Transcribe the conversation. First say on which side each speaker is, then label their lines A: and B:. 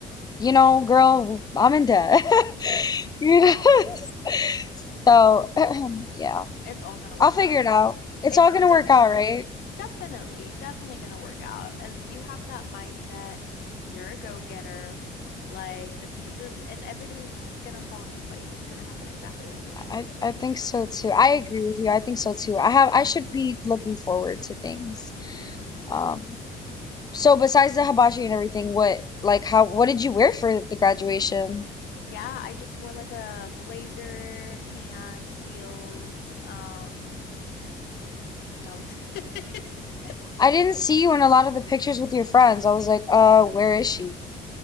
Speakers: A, on the left; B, on the left.
A: you know, girl, I'm in
B: Mm-hmm.
A: debt. <laughs>
B: Mm-hmm.
A: You know? <laughs> So, <clears throat> yeah.
B: It's all gonna work
A: I'll figure
B: out though.
A: it out. It's
B: It's
A: all gonna
B: definitely,
A: work out, right?
B: definitely, definitely gonna work out. As you have that mindset, you're a go-getter, like the pieces and everything's gonna fall into place. It's gonna happen exactly like it's
A: I
B: supposed to.
A: I think so too. I agree with you. I think so too. I have I should be looking forward to things.
B: Mm-hmm.
A: Um, so besides the hibachi and everything, what like how what did you wear for the graduation?
B: Yeah, I just wore like a blazer, pants, heels. Um, that was <laughs> it.
A: I didn't see you in a lot of the pictures with your friends. I was like, uh, where is she?